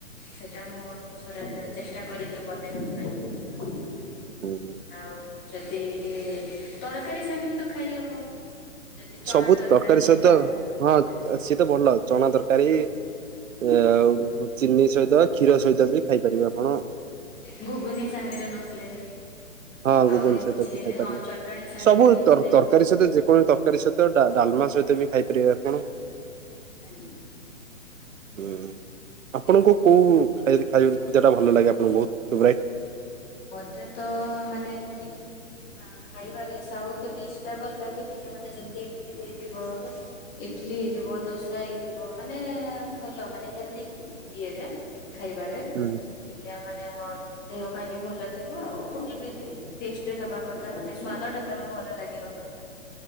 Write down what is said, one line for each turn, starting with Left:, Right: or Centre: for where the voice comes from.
Left: ସେଟା ମୁଁ ଥରେ ଚେଷ୍ଟା କରିବି ବନେଇବା ପାଇଁ।
Right: ହୁଁ।
Left: ଆଉ ଯଦି ତରକାରୀ ସାଙ୍ଗରେ ତ ଖାଇହବ। ଯେମିତି ଚଣା
Right: ସବୁ ତରକାରୀ
Left: ହେଲା
Right: ସହିତ ହଁ
Left: ଆଜ୍ଞା
Right: ସିଏ ତ ଭଲ ଚଣା ତରକାରୀ ଆଉ ଚିନି ସହିତ, କ୍ଷୀର ସହିତ ବି ଖାଇପାରିବେ ଆପଣ।
Left: ହୁଁ ଘୁଗୁନି ସାଙ୍ଗରେ ନହେଲେ
Right: ହଁ ଘୁଗୁନି
Left: ଆହୁରି
Right: ସହିତ
Left: କିଛି
Right: ବି ଖାଇପାରିବେ
Left: ହଁ ଚଟଣି ସାଙ୍ଗରେ
Right: ସବୁ
Left: ବି
Right: ତର
Left: ଖାଇଦବୁ।
Right: ତରକାରୀ ସହିତ ଯେକୌଣସି ତରକାରୀ ସହିତ ତ ଡା ଡାଲମା ସହିତ ବି ଖାଇପାରିବେ ଆପଣ।
Left: ଆଜ୍ଞା
Right: ହୁଁ। ଆପଣଙ୍କୁ କୋଉ ଖାଇଦ ଖାଇଦ ଖାଦ୍ୟ ଟା ଭଲ ଲାଗେ ଆପଣଙ୍କୁ ବୋହୁତ ଫେବରାଇଟ?
Left: ମତେ ତ ମାନେ ଏମତି ଅ ଖାଇବାରେ ସାଉଥ ଡିସ ଟା ଭଲ ଲାଗେ। ଟିକେ ମାନେ ଯେମିତି ଇଟିଲି ହେଇଥିବ ଇଟିଲିି ହେଇଥିବ ଦୋସା ହେଇଥିବ ମାନେ ଭଲ ମାନେ ହେଲଦି ଇଏରେ ଖାଇବାରେ।
Right: ହୁଁ।
Left: ଟିକେ ଆମ୍ ମାନେ ଆମ ଦେହ ପାଇଁ ବି ଭଲ ଥିବ ଆଉ ଭଲ ବି ଟେଷ୍ଟ ହେବା କଥା ମାନେ ସ୍ୱାଦ ଟା ତାର ଭଲ ଲାଗିବା କଥା।